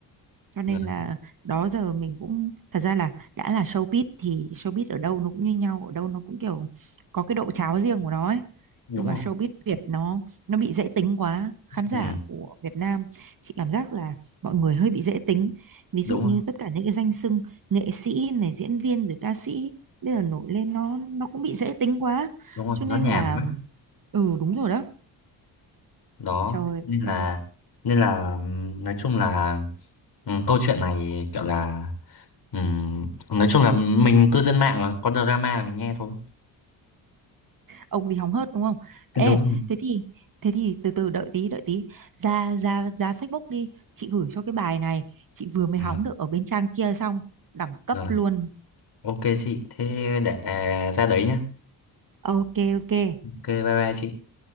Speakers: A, on the right; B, on the left.
A: cho nên
B: đấy,
A: là đó giờ mình cũng thật ra là đã là showbiz thì showbiz ở đâu nó cũng như nhau ở đâu nó cũng kiểu có cái độ cháo riêng của nó ấy
B: đúng
A: nhưng mà
B: rồi
A: showbiz Việt nó nó bị dễ tính quá khán giả
B: ừ,
A: của Việt Nam chị cảm giác là mọi người hơi bị dễ tính ví dụ
B: đúng
A: như
B: rồi
A: tất cả những cái danh xưng nghệ sĩ này diễn viên rồi ca sĩ bây giờ nổi lên nó nó cũng bị dễ tính quá
B: đúng rồi
A: cho
B: nó
A: nên
B: nhàm
A: là
B: quá
A: ừ đúng rồi đó
B: đó
A: trời
B: nên là
A: ơi
B: nên là ừm, nói chung là ừm, câu chuyện này kiểu là ừm, nói chung là mình cư dân mạng mà, có drama mình nghe thôi
A: ông đi hóng hớt đúng không
B: đúng
A: ê
B: rồi.
A: thế thì thế thì từ từ đợi tí đợi tí ra ra ra Facebook đi chị gửi cho cái bài này chị vừa mới
B: Ừ,
A: hóng được ở bên trang kia xong đẳng cấp
B: rồi.
A: luôn
B: ok chị thế để à, ra đấy nhá
A: ok ok
B: ok bye bye chị